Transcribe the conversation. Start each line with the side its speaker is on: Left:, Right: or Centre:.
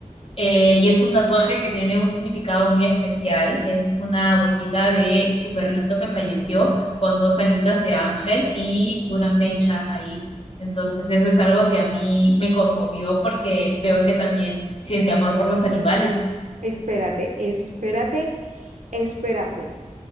Left: eh, y es un tatuaje que tiene un significado muy especial. Es una huellita de su perrito que falleció con dos alitas de ángel y una fecha ahí. Entonces eso es algo que a mí me conmovió porque veo que también siente amor por los animales.
Right: Espérate, espérate, espérate,